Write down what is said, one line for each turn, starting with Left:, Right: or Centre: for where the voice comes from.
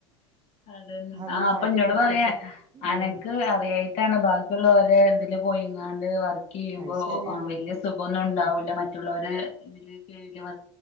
Left: അതന്നെ
Right: അതൊന്ന്
Left: ആഹ് അപ്പൊ
Right: മാറ്റി
Left: ഇന്നോട്
Right: പിടിക്കട്ടെ
Left: പറയാ അനക്ക്
Right: ഉം
Left: അറിയായി ബാക്കിയുള്ളര ഇതില് പോയി ഇാണ്ട് വർക്ക് ചെയ്യുമ്പോ
Right: അത് ശരിയാണ്
Left: വലിയ സുഖന്നും ഉണ്ടാവൂല
Right: ഉം
Left: മ മറ്റുള്ളോരെ ഇതില് കിയില് വ